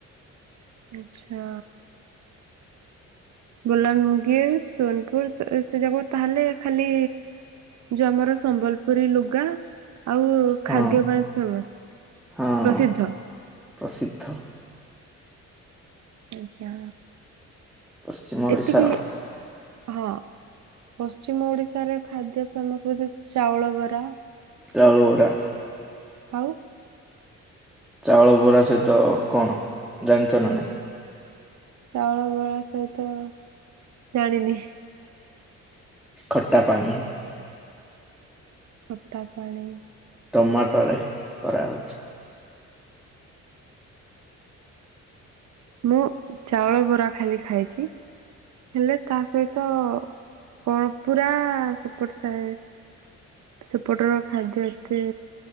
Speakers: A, on the right (about 65°); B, in the centre.
A: ଆଚ୍ଛା। ବଲାଙ୍ଗୀର ସୋନପୁର ସେ ଜାଗା ତାହେଲେ ଖାଲି ଯ ଆମର ସମ୍ବଲପୁରୀ ଲୁଗା ଆଉ
B: ହଁ
A: ଖାଦ୍ୟ ପାଇଁ ଫେମସ୍
B: ହଁ
A: ପ୍ରସିଦ୍ଧ।
B: ପ୍ରସିଦ୍ଧ
A: ଆଜ୍ଞା
B: ପଶ୍ଚିମ ଓଡିଶା
A: ଏତିକି ହଁ। ପଶ୍ଚିମ ଓଡିଶାରେ ଖାଦ୍ୟ ଫେମସ୍ ହଉଚି ଚାଉଳ ବରା।
B: ଚାଉଳବରା।
A: ଆଉ।
B: ଚାଉଳ ବରା ସହିତ କଣ ଜାଣିଛ ନା ନାଇଁ?
A: ଚାଉଳ ବରା ସହିତ ଜାଣିନି।
B: ଖଟା ପାଣି।
A: ଖଟା ପାଣି।
B: ଟମାଟୋରେ କରାହଉଛି।
A: ମୁଁ ଚାଉଳ ବରା ଖାଲି ଖାଇଛି ହେଲେ ତା ସହିତ କଣ ପୁରା ସେପଟ ସାଇ ସେପଟର ଖାଦ୍ୟ ଏତେ